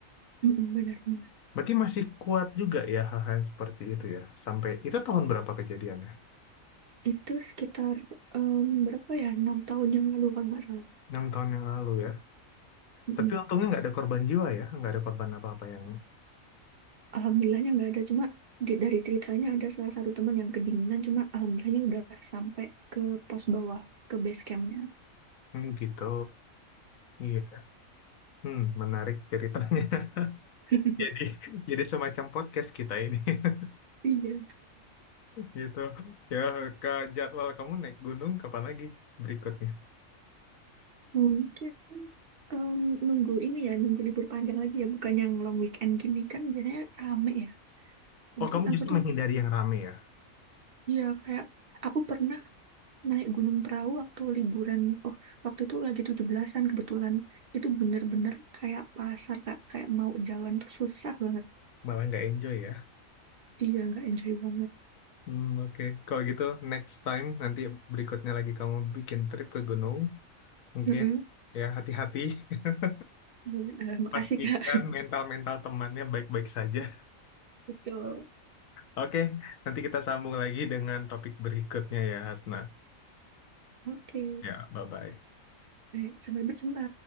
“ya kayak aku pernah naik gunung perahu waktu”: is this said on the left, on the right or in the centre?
Right